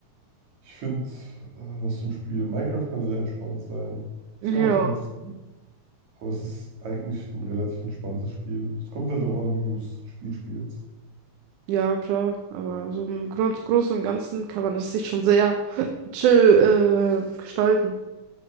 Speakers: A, on the right; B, on the right.
A: ich finde, äh, was für ein Spiel, Minecraft kann sehr entspannt sein.
B: Ja.
A: Es kann auch stressig sein, aber es ist eigentlich ein relativ entspanntes Spiel. Es kommt halt darauf an, wie du das Spiel spielst.
B: Ja, klar, aber so im Grund, Großen und Ganzen kann man das sich schon sehr <laughs> chill äh, gestalten.